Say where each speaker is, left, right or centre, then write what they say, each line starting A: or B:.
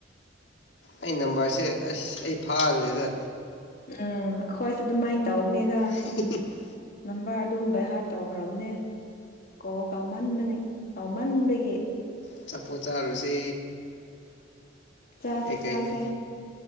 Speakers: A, on the left; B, on the left.
A: ꯑꯩ ꯅꯝꯕꯔꯁꯦ ꯑꯁ ꯑꯩ ꯐꯥꯈ꯭ꯔꯦꯗ
B: ꯎꯝ ꯑꯩꯈꯣꯏꯁꯨ ꯑꯗꯨꯃꯥꯏꯅ ꯇꯧꯕꯅꯦꯗ
A: <inaudible>
B: ꯅꯝꯕꯔ ꯑꯗꯨꯝ ꯕꯥꯏꯍꯥꯔꯗ ꯇꯧꯈ꯭ꯔꯕꯅꯦ ꯀꯣꯜ ꯇꯧꯃꯟꯕꯅꯤ ꯇꯧꯃꯟꯕꯒꯤ
A: ꯑꯆꯄꯣꯠ ꯆꯤꯔꯨꯁꯦ
B: ꯆꯥꯁꯦ
A: ꯀꯩꯀꯩꯅꯤ
B: ꯆꯥꯁꯦ